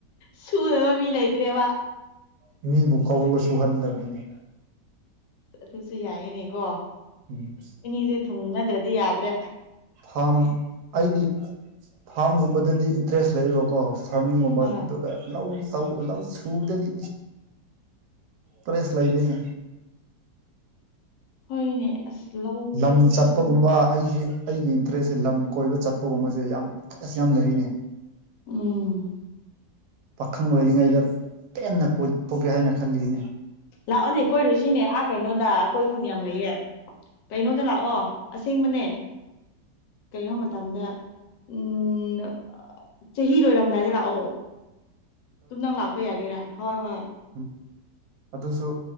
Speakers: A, on the left; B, on the right.
A: ꯁꯨꯗꯅꯕ ꯃꯤ ꯂꯩꯇ꯭ꯔꯦꯕ
B: ꯃꯥ <inaudible> ꯃꯤꯕꯨ ꯀꯧꯔꯒꯁꯨꯨꯍꯟꯗꯕꯤꯅꯤ
A: ꯑꯗꯨꯁꯨ ꯌꯥꯏꯌꯦꯅꯦꯀꯣ
B: ꯌꯦꯁ <inaudible>
A: ꯏꯅꯤꯁꯦ ꯊꯨꯡꯅꯗ꯭ꯔꯗꯤ ꯌꯥꯗ꯭ꯔꯦ
B: ꯐꯥꯝ ꯑꯩꯗꯤ ꯐꯥꯝꯒꯨꯝꯕꯗꯗꯤ ꯏꯟꯇꯔꯦꯁ ꯂꯩꯌꯦꯕꯀꯣ ꯐꯃꯤꯡ ꯃꯃꯠ
A: ꯑ
B: ꯑꯗꯨꯒ ꯂꯧ ꯂꯧ ꯁꯨꯕꯗꯗꯤ ꯄ꯭ꯔꯦꯁ ꯂꯩꯗꯣꯏꯅꯦ
A: ꯍꯣꯏꯅꯦ ꯑꯁ ꯂꯧ
B: ꯂꯝ ꯆꯠꯄꯒꯨꯝꯕ
A: ꯍꯧꯁꯦ
B: ꯑꯩꯁꯦ ꯑꯩꯒꯤ ꯏꯟꯇꯔꯦꯁꯁꯦ ꯂꯝ ꯀꯣꯏꯕ ꯆꯠꯄꯒꯨꯝꯕꯁꯦ ꯌꯥꯝ ꯏꯟꯇꯔꯦꯁ ꯌꯥꯝꯅ ꯂꯩꯔꯤꯅꯦ
A: ꯎꯝ
B: ꯄꯥꯈꯪ ꯑꯣꯏꯔꯤꯉꯩꯗ ꯄꯦꯟꯅ ꯀꯣꯏꯊꯣꯛꯀꯦ ꯍꯥꯏꯅ ꯈꯜꯂꯤꯅꯦ
A: ꯂꯥꯛꯑꯣꯅꯦ ꯀꯣꯏꯔꯨ ꯁꯤꯅꯦ ꯑꯥ ꯀꯩꯅꯣꯗ ꯀꯣꯏꯐꯝ ꯌꯥꯝ ꯂꯩꯌꯦ ꯀꯩꯅꯣꯗ ꯂꯥꯛꯑꯣ ꯑꯁꯦꯡꯕꯅꯦ ꯀꯩꯅꯣ ꯃꯇꯝꯗ ꯎꯝ ꯆꯍꯤ ꯂꯣꯏꯔꯝꯗꯥꯏꯗ ꯂꯥꯛꯑꯣ ꯇꯝꯗꯪ ꯂꯥꯛꯄ ꯌꯥꯒꯦꯔꯥ ꯍꯣꯏ ꯍꯣꯏ
B: ꯎ ꯑꯗꯨꯁꯨ